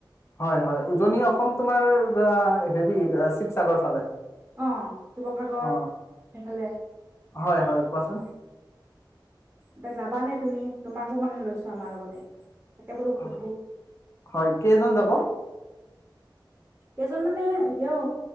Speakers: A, on the left; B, on the right.
A: হয় হয় উজনি অসম তোমাৰ হেৰি শিৱসাগৰ ফালে
B: অ' শিৱসাগৰ
A: অ
B: সেইফালে এতিয়া
A: হয় হয় কোৱাচোন
B: যাবা নে তুমি তোমাকো মানে লৈছো আমাৰ লগতে। তাকে বোলো সোধো
A: অ' হয় কেইজন যাব?
B: কেইজন মানে এতিয়াও